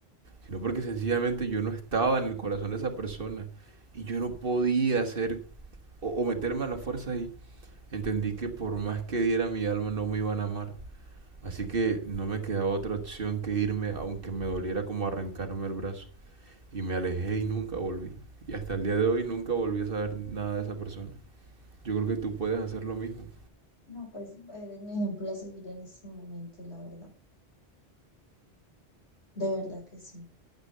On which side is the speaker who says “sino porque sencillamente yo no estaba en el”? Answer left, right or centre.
Right